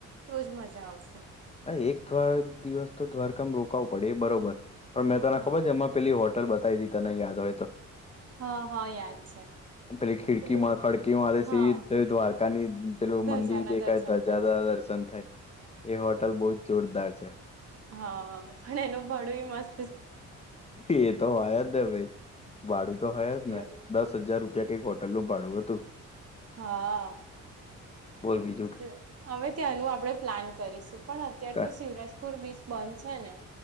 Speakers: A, on the right; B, on the left.
A: તો જ મજા આવશે.
B: હા એક થવાં દિવસ તો દ્વારકામાં રોકાવું પડે એ બરોબર પણ મેં તને
A: હા
B: ખબર છે એમાં પેલી હોટલ બ તાઈલી તને યાદ હોય તો.
A: હા હા યાદ છે.
B: પેલી ખિડકી
A: પેલું
B: મા ખડકી મારે
A: હા
B: સીધે દ્વારકાની પેલો
A: ધજાના
B: મંદિર દેખા
A: દર્શન
B: દર
A: થાય
B: જા દ
A: છે
B: પસંદ થાય એ હોટલ બહુ જ જોરદાર છે.
A: હા પણ એનું ભણવું મસ
B: એ તો હોયા જ ને ભઈ ભાડું તો
A: સાચી
B: હોય જ ને
A: વાત છે
B: દસ હજાર રૂપિયા કઈક હો ટલનું ભાડું હતું.
A: હા આ.
B: બોલ બી
A: જો હવે ત્યાંનું આપડે પ્લાન કરીશું પણ અત્યાર
B: કા-
A: તો શિવરાજપુર બીચ બંધ છે ને?